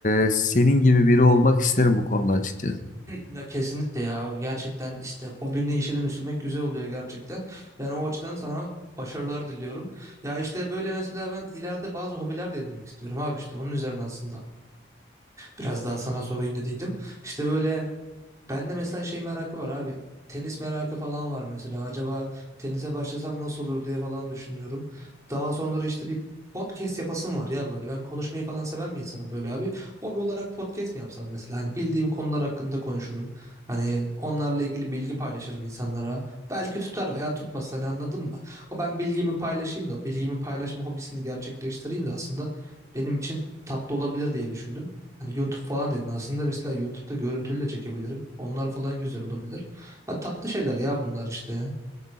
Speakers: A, on the left; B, on the right.
A: e, senin gibi biri olmak isterim bu konuda açıkçası.
B: Ya kesinlikle ya gerçekten işte hobini işe dönüştürmek güzel oluyor gerçekten. Yani o açıdan sana başarılar diliyorum. Ya işte böyle mesela ben ileride bazı hobiler de edinmek istiyorum abi işte onun üzerine aslında biraz daha sana sorayım dediydim. İşte böyle ben de mesela şey merakı var abi. Tenis merakı falan var mesela. Acaba tenise başlasam nasıl olur diye falan düşünüyorum. Daha sonra işte bir podcast yapasım var ya böyle. Ben konuşmayı falan seven bir insanım böyle abi. Hobi olarak podcast mi yapsam mesela? Hani bildiğim konular hakkında konuşurum. Hani onlarla ilgili bilgi paylaşırım insanlara. Belki tutar veya tutmaz. Hani anladın mı? O ben bilgimi paylaşayım da o bilgimi paylaşma hobisini gerçekleştireyim de aslında benim için tatlı olabilir diye düşündüm. Hani YouTube falan dedin. Aslında mesela YouTube'da görüntülü de çekebilirim. Onlar falan güzel olabilir. Ha, tatlı şeyler ya bunlar işte ya.